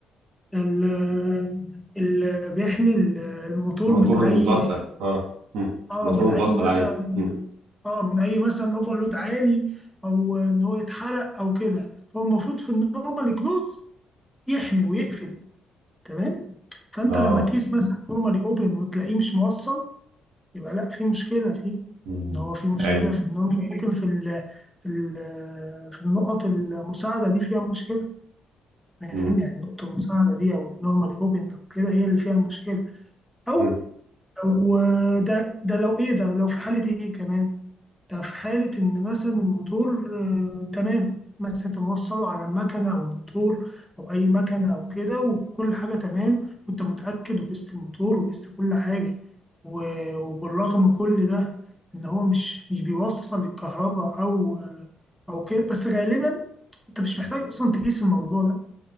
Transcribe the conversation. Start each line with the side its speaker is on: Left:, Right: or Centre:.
Centre: ال ال بيحمي ال- الموتور
Right: الموتور
Centre: من اي
Right: المتوصل اه مم.
Centre: اه
Right: الموتور
Centre: من
Right: المتوصل
Centre: اي مثلا
Right: عليه مم.
Centre: اه من اي مثلا اوفرلود عالي او ان هو يتحرق او كده فهو المفروض في النورمالي كلوز يحمي ويقفل تمام فانت
Right: اه
Centre: لما تقيس مثلا نورمالي اوبن وتلاقيه مش موصل يبقى لا في مشكله فيه
Right: مم.
Centre: ان هو في مشكله
Right: ايوه
Centre: في النورمال ممكن في ال في ال في النقط المساعده دي فيها مشكله فاهم
Right: مم.
Centre: يعني النقطه المساعده دي او النورمالي اوبن او كده هي اللي فيها المشكله او
Right: مم.
Centre: لو ده ده لو ايه ده لو في حاله ايه كمان ده في حالة إن مثلا الموتور آه، تمام مثلا أنت موصله على المكنة أو الموتور أو أي مكنة أو كده وكل حاجة تمام وأنت متأكد وقست الموتور وقست كل حاجة و- وبالرغم كل ده إن هو مش مش بيوصل الكهرباء أو أو كده بس غالبا أنت مش محتاج أصلا تقيس الموضوع ده